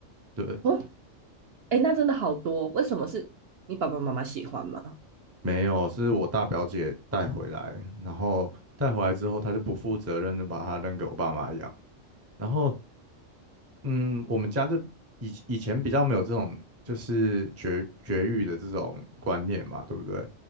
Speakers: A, on the right; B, on the right.
A: 对，
B: 哦，哎、欸那真的好多，为什么是你爸爸妈妈喜欢吗？
A: 没有，是我大表姐带回来，然后带回来之后，她就不负责任的把它扔给我爸妈养。然后，嗯，我们家就以以前比较没有这种就是绝绝育的这种观念嘛，对不对？